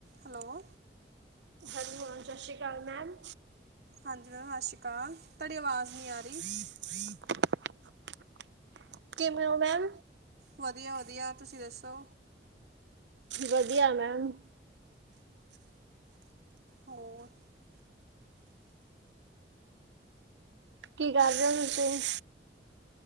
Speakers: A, on the right; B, on the right.
A: ਹੈਲੋ
B: ਹੈਲੋ ਸਤਿ ਸ਼੍ਰੀ ਅਕਾਲ ਮੈਮ
A: ਹਾਂਜੀ ਮੈਮ ਸਤਿ ਸ਼੍ਰੀ ਅਕਾਲ ਤੁਹਾਡੀ ਆਵਾਜ਼
B: <inaudible>
A: ਨਹੀਂ ਆ ਰਹੀ
B: ਕਿਵੇਂ ਹੋ ਮੈਮ
A: ਵਧੀਆ-ਵਧੀਆ ਤੁਸੀਂ ਦੱਸੋ
B: ਵਧੀਆ ਮੈਮ
A: ਹੋਰ
B: ਕੀ ਕਰਦੇ ਹੋ ਤੁਸੀਂ